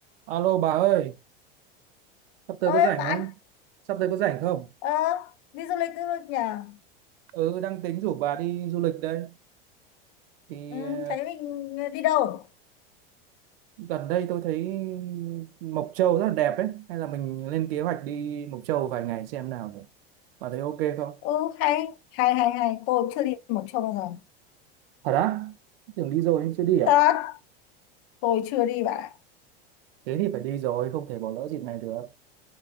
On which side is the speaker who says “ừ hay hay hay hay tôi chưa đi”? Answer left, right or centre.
Left